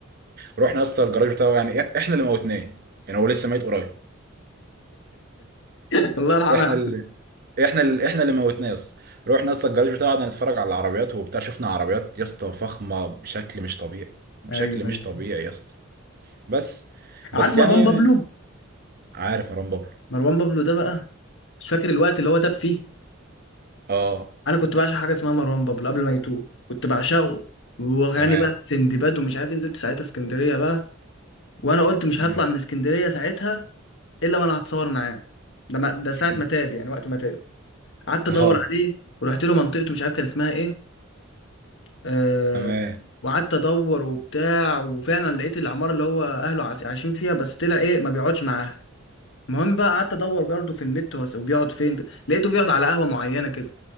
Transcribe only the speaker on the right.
رحنا يا اسطى الجراج بتاعه يعني إح- احنا اللي موتناه يعني هو لسه ميت قريب
احنا اللي احنا اللي احنا اللي موتناه يا اسطى رحنا يا اسطى الجراج بتاعه قعدنا نتفرج على العربيات وبتاع شفنا عربيات يا اسطى فخمه بشكل مش طبيعي بشكل
مش
طبيعي يا اسطى بس بس
يعني
عارف مروان بابلو
اه
تمام
مم.
<laughs>
اه
تمام